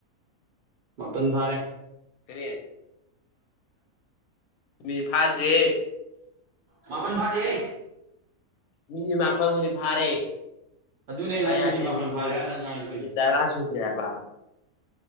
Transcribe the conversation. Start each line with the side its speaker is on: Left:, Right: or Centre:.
Right: ꯃꯥꯄꯟ ꯐꯥꯔꯦ
Left: ꯀꯔꯤ ꯃꯤꯅꯤꯠ ꯐꯥꯗ꯭ꯔꯤ
Right: ꯃꯥꯄꯟ ꯐꯥꯔꯦꯍꯦ
Left: ꯃꯤꯅꯤꯠ ꯃꯥꯄꯟꯕꯨꯗꯤ ꯐꯥꯔꯦ
Right: ꯑꯗꯨꯅꯦ ꯅ
Left: ꯑꯩ
Right: ꯍꯥꯏ
Left: ꯍꯥꯏꯗꯤ
Right: ꯃꯥꯄꯜ
Left: ꯃꯤꯅꯤꯠ
Right: ꯐꯥꯔꯦ ꯅꯪ ꯉꯥꯏꯗꯣ ꯀꯩꯅꯣ
Left: ꯃꯤꯅꯤꯠ ꯇꯔꯥ ꯁꯨꯗ꯭ꯔꯤ ꯍꯥꯏꯕ